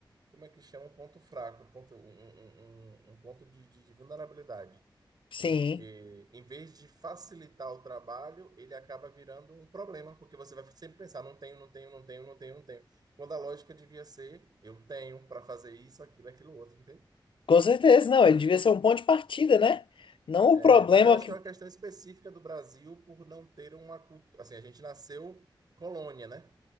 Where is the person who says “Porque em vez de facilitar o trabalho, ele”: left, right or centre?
Right